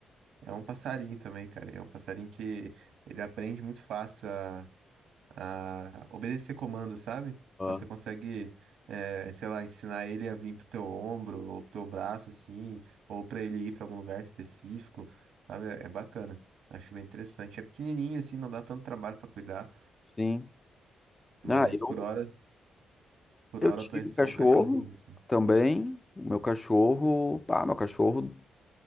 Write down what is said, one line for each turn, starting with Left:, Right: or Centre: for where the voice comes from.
Right: É um passarinho também, cara. É um passarinho que ele aprende muito fácil a obedecer comando, sabe?
Left: Ah,
Right: Então você consegue, eh, sei lá, ensinar ele a vir pro teu ombro ou pro teu braço, assim, ou pra ele ir pra algum lugar específico, sabe? É, é bacana. Acho bem interessante. É pequenininho, assim, não dá tanto trabalho pra cuidar,
Left: sim.
Right: mas
Left: Ah, eu,
Right: por hora, por
Left: eu
Right: hora
Left: tive
Right: eu tô em só
Left: cachorro
Right: um cachorrinho, assim.
Left: também. O Meu cachorro, pá, meu cachorro